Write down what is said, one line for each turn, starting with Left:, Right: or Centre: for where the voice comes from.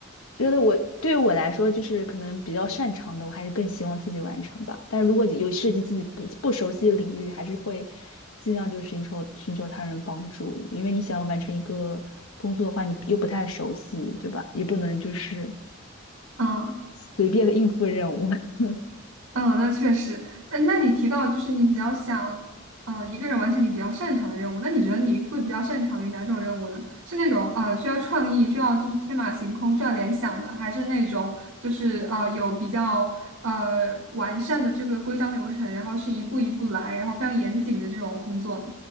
Left: 觉得我对于我来说，就是可能比较擅长的，我还是更希望自己完成吧。但是如果你有涉及自己不不熟悉的领域，还是会尽量就是寻求寻求他人帮助，因为你想要完成一个工作的话，你又不太熟悉，对吧？也不能就是
Right: 嗯，
Left: 随便的应付任务。<laughs>
Right: 嗯，那确实。嗯，那你提到就是你比较想，呃，一个人完成你比较擅长的任务，那你觉得你会比较擅长于哪种任务呢？是那种呃需要创意、需要就是天马行空、需要联想的，还是那种就是呃有比较呃完善的这个规章流程，然后是一步一步来，然后非常严谨的这种工作呢？